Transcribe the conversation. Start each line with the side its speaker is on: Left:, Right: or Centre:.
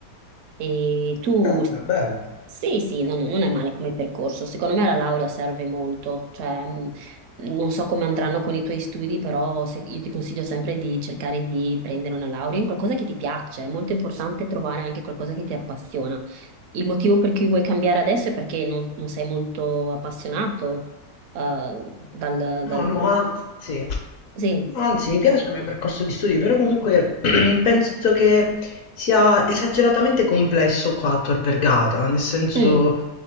Right: E tu,
Left: Caspita, bello.
Right: sì, sì, no, no, non è male come percorso. Secondo me la laurea serve molto. Cioè, mh, non so come andranno con i tuoi studi, però se- io ti consiglio sempre di cercare di prendere una laurea in qualcosa che ti piace. È molto importante trovare anche qualcosa che ti appassiona. Il motivo per cui vuoi cambiare adesso è perché non, non sei molto appassionato, eh, dal,
Left: No,
Right: dal...
Left: no, anzi,
Right: Sì.
Left: no, anzi, mi piace il mio percorso di studio, però comunque <clears throat> penso che sia esageratamente complesso qua a Tor Vergata, nel senso,
Right: Mm,